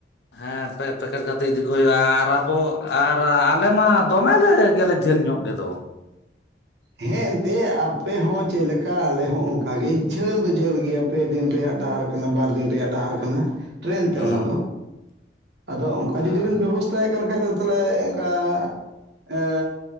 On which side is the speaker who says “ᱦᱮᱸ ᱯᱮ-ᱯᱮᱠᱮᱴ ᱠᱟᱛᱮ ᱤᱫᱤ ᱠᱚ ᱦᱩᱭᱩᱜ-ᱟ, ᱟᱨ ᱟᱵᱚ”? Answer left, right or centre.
Left